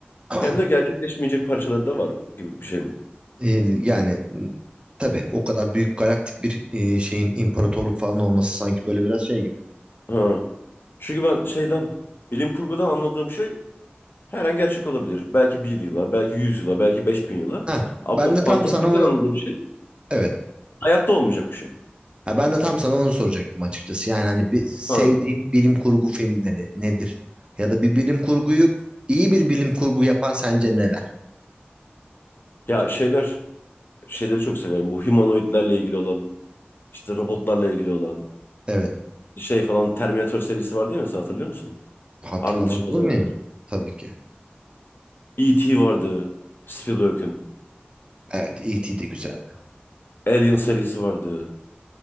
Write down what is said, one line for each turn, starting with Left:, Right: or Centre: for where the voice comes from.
Right: <clears throat>
Left: hem de gerçekleşmeyecek parçaları da var gibi bir şey mi?
Right: Ee, yani m, tabii o kadar büyük galaktik bir e, şeyin imparatorluk falan olması sanki böyle biraz şey gibi.
Left: Ha. Çünkü ben şeyden bilim kurgudan anladığım şey her an gerçek olabilir. Belki bir yıla, belki yüz yıla, belki beş bin yıla.
Right: Heh,
Left: Ama
Right: ben de
Left: fantastikten
Right: tam sana onu
Left: anladığım şey
Right: evet
Left: hayatta olmayacak bir şey.
Right: Ha, ben de tam sana onu soracaktım açıkçası. Yani hani bir sevdiğim
Left: Ha.
Right: bilim kurgu filmleri nedir? Ya da bir bilim kurguyu iyi bir bilim kurgu yapan sence neler?
Left: Ya şeyler şeyleri çok severim. Bu humanoidlerle ilgili olan, işte robotlarla ilgili olan
Right: Evet.
Left: şey falan Terminator serisi var değil mi? Sen hatırlıyor musun?
Right: Hatırlamaz
Left: Arnold Schwarzenegger.
Right: olur muyum? Tabii ki.
Left: E.T. vardı. Spielberg'in.
Right: Evet, E.T. de güzeldi.
Left: Alien serisi vardı.